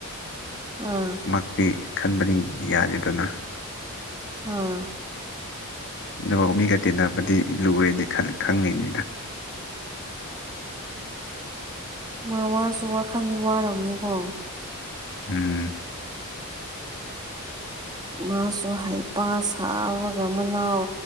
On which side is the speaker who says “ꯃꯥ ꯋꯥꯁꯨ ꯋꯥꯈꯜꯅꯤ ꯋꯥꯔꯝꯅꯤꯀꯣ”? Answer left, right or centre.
Right